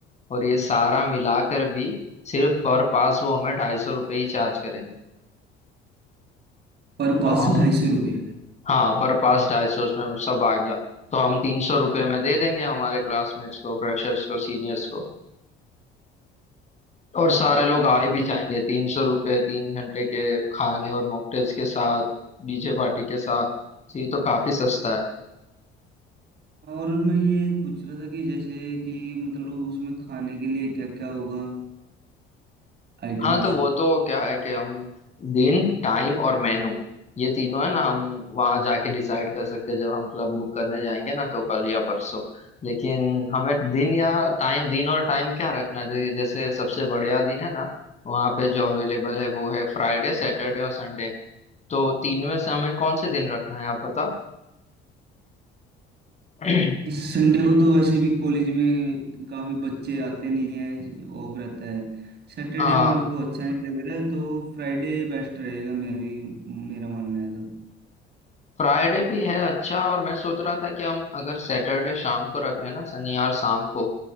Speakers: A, on the left; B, on the right.
A: और ये सारा मिलाकर भी सिर्फ पर पास वो हमें ढाई सौ रुपये ही चार्ज करेंगे
B: पर पास
A: तो हम
B: ढाई सौ रुपये
A: हाँ पर पास ढाई सौ उसमें सब आ गया तो हम तीन सौ रुपये में दे देंगे हमारे क्लासमेट्स को फ्रेशर्स को सीनियर्स को और सारे लोग
B: बेस्ट
A: आए
B: है
A: भी
B: ये
A: जाएंगे
B: भी
A: तीन सौ रुपये तीन घंटे के खाने और मॉकटेल्स के साथ डीजे पार्टी के साथ तो ये तो काफी सस्ता है
B: और मैं ये पूछ रहा था कि जैसे कि मतलब उसमें खाने के लिए क्या क्या होगा आइटम्स
A: हाँ तो वो तो क्या है कि हम दिन टाइम और मेनू ये तीनों है ना हम वहां जाके डिसाइड कर सकते हैं जब हम क्लब बुक करने जाएंगे ना तो कल या परसों लेकिन हमें दिन या टाइम दिन और टाइम क्या रखना चाहिए जैसे सबसे बढ़िया दिन है ना वहाँ पे जो अवेलेबल है वो है फ्राइडे सैटरडे और संडे तो तीन में से हमें कौन से दिन रखना है आप बताओ <clears throat>
B: इस संडे को तो वैसे भी कॉलेज में काफी बच्चे आते नहीं है ऑफ रहता है सैटरडे
A: हाँ
B: मेरे को अच्छा नहीं लग रहा है तो फ्राइडे बेस्ट रहेगा मेरी मेरा मानना है तो
A: फ्राइडे भी है अच्छा और मैं सोच रहा था कि हम अगर सैटरडे शाम को रख लें ना शनिवार शाम को